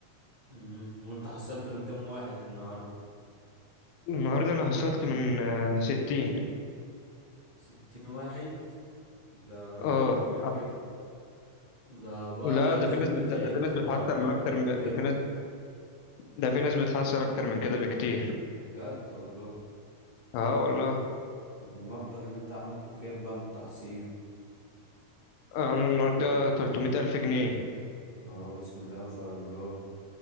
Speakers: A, on the right; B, on the left.
A: امم وانت حصلت من كام واحد النهارده
B: النهارده انا حصلت من آه، 60
A: ستين واحد ده رقم
B: اه
A: كبير جدا وده بقى
B: لا
A: ايه
B: ده
A: اظني
B: في ناس بت...
A: تعبت
B: ده في ناس بتحسر
A: بقى النهارده
B: من اكتر
A: انت
B: من... ده
A: جامد
B: في ناس ده في ناس بتحسر اكتر من كده بكتير
A: بجد والله
B: اه والله
A: والمبلغ اللي انت عملته كام بقى من التحصيل
B: انا النهارده 300 الف جنيه
A: اه بسم الله ما شاء الله